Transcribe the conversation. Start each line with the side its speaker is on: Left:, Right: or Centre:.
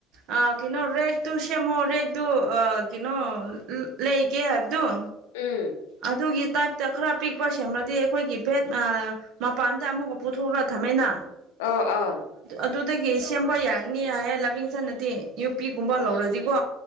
Right: ꯑ ꯀꯩꯅꯣ ꯔꯦꯛꯇꯨ ꯁꯦꯝꯃꯣ ꯔꯦꯛꯇꯨ ꯀꯩꯅꯣ ꯂꯩꯒꯦ ꯍꯥꯏꯕꯗꯨꯣ
Left: ꯎꯝ
Right: ꯑꯗꯨꯗꯒꯦ ꯇꯥꯏꯞꯇ ꯈꯔ ꯄꯤꯛꯄ ꯁꯦꯝꯃꯗꯤ ꯑꯩꯈꯣꯏꯒꯤ ꯦꯠ ꯃꯄꯥꯟꯗ ꯑꯃꯨꯛꯒ ꯄꯨꯊꯣꯛꯂꯒ ꯊꯝꯃꯩꯅ
Left: ꯑꯥ ꯑꯥ
Right: ꯑꯗꯨꯗꯒꯤ ꯁꯦꯝꯕ ꯌꯥꯅꯤ ꯍꯥꯏꯌꯦ ꯂꯕꯤꯡꯁꯅꯗꯤ ꯌꯨꯄꯤꯒꯨꯝꯕ
Left: ꯑꯣ
Right: ꯂꯧꯔꯗꯤꯀꯣ